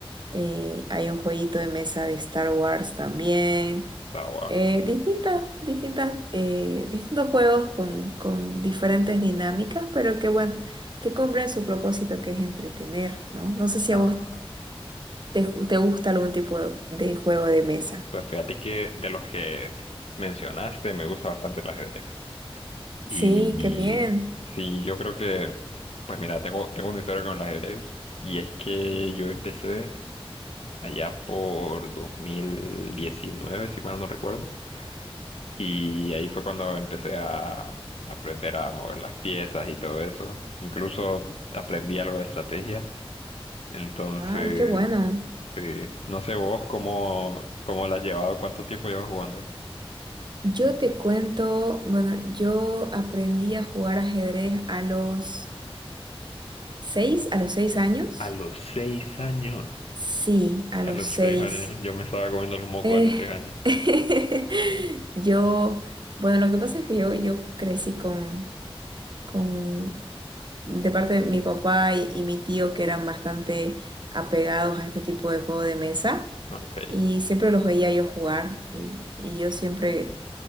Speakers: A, on the right; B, on the left.
A: Eh, hay un jueguito de mesa de Star Wars también.
B: Ah, wow.
A: Eh, distintas, distintas, eh, distintos juegos con, con diferentes dinámicas, pero que bueno, que cumplen su propósito que es entretener, ¿no? No sé si
B: Ah,
A: a vos ¿Te, ju- te gusta algún tipo de, de juego de mesa?
B: pues fíjate que de los que mencionaste me gusta bastante el ajedrez. Y
A: Sí, qué bien.
B: sí, yo creo que, pues mira, tengo, tengo una historia con el ajedrez. Y es que yo empecé allá por 2019 si mal no recuerdo. Y ahí fue cuando empecé a aprender a mover las piezas y todo eso. Incluso aprendí algo de estrategia. Entonces,
A: Ay, qué bueno.
B: sí. No sé vos cómo, cómo la has llevado, cuánto tiempo llevas jugando.
A: Yo te cuento, bueno, yo aprendí a jugar ajedrez a los seis, a los seis años.
B: A los seis años.
A: Sí, a
B: A
A: los
B: los
A: seis.
B: seis años. Yo me estaba comiendo los mocos
A: Eh,
B: a los seis años.
A: <laughs> yo, bueno, lo que pasa es que yo, yo crecí con, con, de parte de mi papá y, y mi tío que eran bastante apegados a este tipo de juego de mesa.
B: Okay,
A: y siempre los veía yo jugar y, y yo siempre,